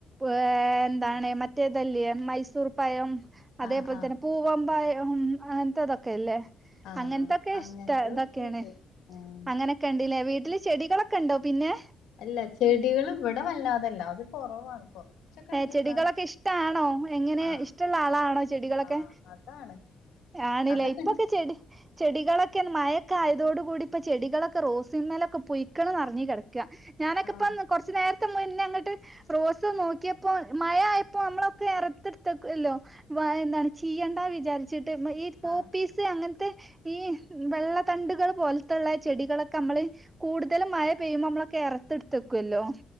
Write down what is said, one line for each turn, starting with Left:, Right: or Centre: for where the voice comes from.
Right: ഏ എന്താണ് മറ്റേതല്ലെ മൈസൂർ പഴം അതേപോലെ
Left: ആഹ് ആഹ്
Right: തന്നെ പൂവമ്പയ ഉം അങ്ങനത്തെ അതൊക്കെ ല്ലേ
Left: ആഹ്
Right: അങ്ങനത്തൊക്കെ
Left: അങ്ങനത്തെ
Right: ഇഷ്ട ഇതൊക്കെയാണ്
Left: ഒക്കെയുണ്ട് ആഹ്
Right: അങ്ങനൊക്കെ ഉണ്ട്ലെ വീട്ടിൽ ചെടികളൊക്കെ ഉണ്ടോ പിന്നെ
Left: അല്ല ചെടികൾ ഇവിടെ വല്ലാതല്ല അത് കൊറവാണ് കൊറച്ചൊക്കെ
Right: ഏ
Left: ഇണ്ട്
Right: ചെടികളൊക്കെ
Left: എന്നാലും
Right: ഇഷ്ടാണോ എങ്ങനെ
Left: ആഹ്
Right: ഇഷ്ടമുള്ള ആളാണോ ചെടികളൊക്കെ
Left: ആഹ് അതാണ്
Right: കാണില്ലേ
Left: അതൊക്കെ
Right: ഇപ്പൊക്കെ
Left: ഇണ്ട്
Right: ചെടി ചെടികളൊക്കെ മഴ മഴകാലം ആയതോടെ കൂടി ഇപ്പ ചെടികൾ ഒകെ റോസിന്മേലൊക്കെ പുഴുക്കൾ നിറഞ്ഞ കിടക്ക ഞാനൊക്കെ
Left: ആഹ്
Right: ഇപ്പം കുറച്ചു നേര ഇ മുന്നേ അങ്ങോട്ട് റോസ് നോക്കിയപ്പോ മഴ ആയപ്പോ നമ്മളൊക്കെ ഇറത്തെടുത്തല്ലോ എന്താണ് ചീയണ്ടന്ന് വിചാരിച്ചിട്ട് ഈ പോപീസ്
Left: ആഹ്
Right: അങ്ങനെ മഴയത്ത് ഈ വെള്ളത്തണ്ടുകൾ പോലത്തുള്ള ചെടികളൊക്കെ നമ്മള് കൂടുതലും മഴ പെയ്യുമ്പോ നമ്മളൊക്കെ ഇറത്തെടുത്ത വക്കല്ലോ